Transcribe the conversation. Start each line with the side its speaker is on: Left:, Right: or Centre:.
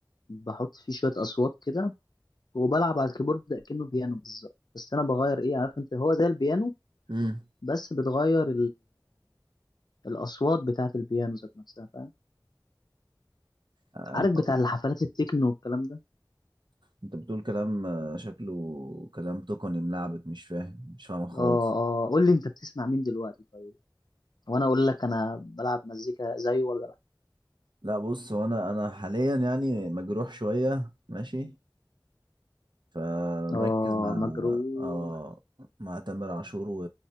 Left: بحط فيه شويه اصوات كده وبلعب على الكيبورد ده كأنه بيانو بالظبط بس انا بغير ايه عارف انت هو زي البيانو
Right: امم
Left: بس بتغير الاصوات بتاعه البيانو ذات نفسها فاهم
Right: آه
Left: عارف
Right: انت
Left: بتاع الحفلات التكنو والكلام ده
Right: انت بتقول كلام آه، شكله كلام تقني ملعبك مش فاهم مش فاهمه خالص
Left: اه اه قول لي انت بتسمع مين دلوقتي طيب وانا اقول لك انا بلعب مزيكا زيه ولا لا
Right: لا بص هو انا انا حاليا يعني مجروح شويه ماشي فمركز
Left: اه
Right: مع
Left: مجروح
Right: اه مع تامر عاشور و...